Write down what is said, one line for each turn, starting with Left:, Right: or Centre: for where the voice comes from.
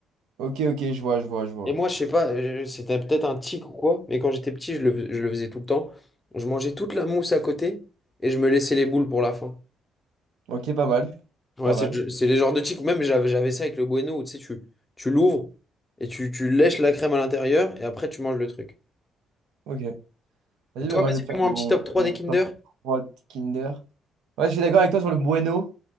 Right: Ok, ok, je vois, je vois, je vois.
Left: Et moi, je sais pas, euh, c'était peut-être un tic ou quoi, mais quand j'étais petit, je le, je le faisais tout le temps. Je mangeais toute la mousse à côté et je me laissais les boules pour la fin.
Right: Ok, pas mal.
Left: Ouais,
Right: Pas
Left: c'est
Right: mal.
Left: le- c'est les genres de chics. Même j'avais j'avais ça avec le Bueno, où, tu sais, tu, tu l'ouvres et tu, tu lèches la crème à l'intérieur et après tu manges le truc.
Right: Ok. Vas-y,
Left: Et toi,
Right: bah, moi,
Left: vas-y,
Right: je vais te faire
Left: fais-moi
Right: mon,
Left: un petit top 3
Right: mon
Left: des Kinder.
Right: top 3 Kinder. Ouais, je suis d'accord avec toi sur le bueno.